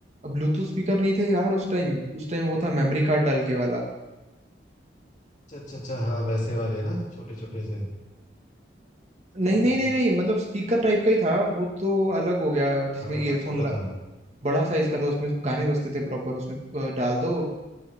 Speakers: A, on the right; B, on the left.
A: ब्लूटूथ स्पीकर नहीं थे यार उस टाइम उस टाइम वो था मेमोरी कार्ड डाल के वाला
B: अच्छा अच्छा अच्छा हाँ वैसे वाले ना छोटे छोटे से सही
A: नहीं नहीं
B: है यार
A: नहीं नहीं मतलब स्पीकर टाइप का ही था वो तो अलग हो गया जिसमें
B: बड़ा
A: ईयरफोन
B: था छोटा
A: ला
B: था
A: बड़ा साइज का था उसमें गाने बजते थे प्रॉपर उसमें अ, डाल दो अ,